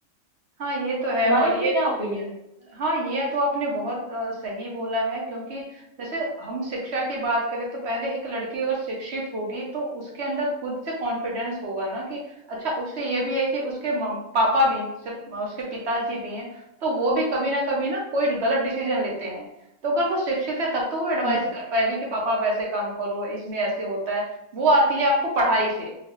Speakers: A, on the right (about 60°); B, on the left (about 30°).
A: हाँ ये तो है
B: तुम्हारा
A: और
B: इस पे
A: ये
B: क्या ओपिनियन
A: हाँ ये तो आपने बहुत अ, सही बोला है क्योंकि जैसे हम शिक्षा की बात करें तो पहले एक लड़की अगर शिक्षित होगी तो उसके अंदर खुद से कॉन्फिडेंस होगा ना कि अच्छा उससे ये भी है कि उसके मम- पापा भी से अ, उसके पिताजी भी हैं तो वो भी कभी ना कभी ना कोई गलत डिसीजन लेते हैं तो अगर वो शिक्षित है तब तो वो एडवाइस
B: है
A: कर पाएगी कि पापा आप ऐसे काम करो इसमें ऐसे होता है वो आती है आपको पढ़ाई से